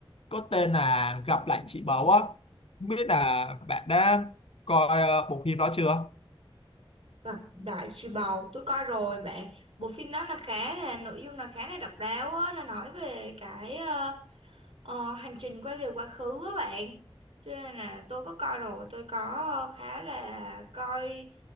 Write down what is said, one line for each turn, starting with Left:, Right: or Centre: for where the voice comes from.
Left: có tên là Gặp lại chị Báu á. Không biết là bạn đã coi ờ, bộ phim đó chưa?
Right: Lạc Đại Trùy Bầu, tôi coi rồi bạn. Bộ phim đó là khá là nội dung là khá là độc đáo á, nó nói về cái ờ, ờ, hành trình quay về quá khứ á bạn. Cho nên là tôi có coi rồi, tôi có ờ, khá là coi